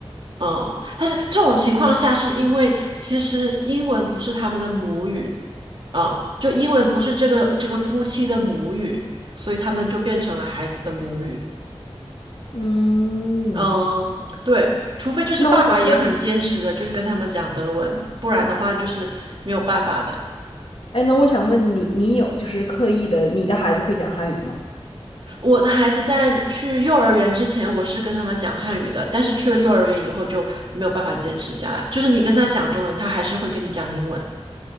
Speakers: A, on the right (about 50°); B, on the left (about 65°).
A: 嗯，但是这种情况下，
B: 嗯
A: 是因为其实英文不是他们的母语，嗯，就英文不是这个这个夫妻的母语，所以他们就变成了孩子的母语。
B: 嗯，
A: 嗯，对，除非就是爸爸也很坚持的，
B: 那我想问，
A: 就是跟他们讲德文，不然的话就是没有办法的。
B: 哎，那我想问你，你有就是刻意的，你的孩子会讲汉语吗？
A: 我的孩子在去幼儿园之前，我是跟他们讲汉语的，但是去了幼儿园以后就没有办法坚持下来。就是你跟他讲中文，他还是会跟你讲英文，